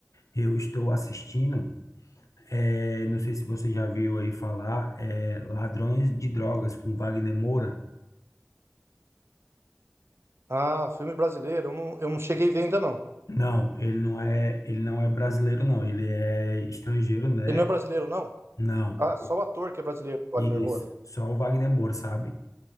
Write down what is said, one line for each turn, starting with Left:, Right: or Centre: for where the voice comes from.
Left: eu estou assistindo É, não sei se você já viu aí falar, é, Ladrões de Drogas com Wagner Moura.
Right: Ah, filme brasileiro, eu não, eu não cheguei a ver ainda não.
Left: Não, ele não é, ele não é brasileiro, não. Ele é estrangeiro, né?
Right: Ele não é brasileiro, não?
Left: Não.
Right: Ah, só o ator que é brasileiro, Wagner
Left: Isso.
Right: Moura.
Left: Só o Wagner Moura, sabe?